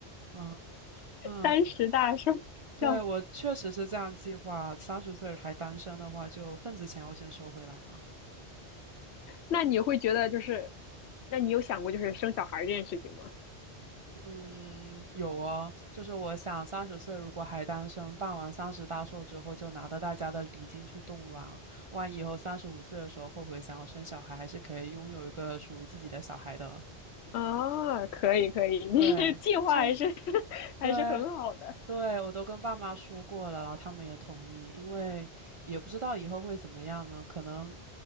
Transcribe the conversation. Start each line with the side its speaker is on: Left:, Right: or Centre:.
Right: 嗯嗯，
Left: 三十大生肖，
Right: 对，我确实是这样计划，三十岁还单身的话，就份子钱要先收回来嘛。
Left: 那你会觉得就是，那你有想过就是生小孩儿这件事情吗？
Right: 嗯，有哦，就是我想三十岁如果还单身，办完三十大寿之后，就拿着大家的礼金去冻卵，万一以后三十五岁的时候后悔想要生小孩，还是可以拥有一个属于自己的小孩的。
Left: 啊，可以可以，<laughs>
Right: 对，
Left: 你计划还是
Right: 就是
Left: <laughs> 还是很好的。
Right: 对。对，我都跟爸妈说过了，然后他们也同意，因为也不知道以后会怎么样呢，可能